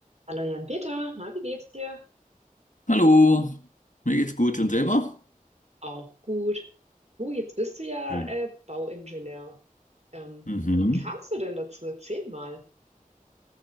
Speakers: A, on the right; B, on the left.
A: Hallo Jan-Peter, na, wie geht's dir?
B: Hallo, mir geht's gut und selber?
A: Auch gut. Du, jetzt bist du ja
B: Schön.
A: äh, Bauingenieur. Ähm,
B: Mhm.
A: wie kamst du denn dazu? Erzähl mal.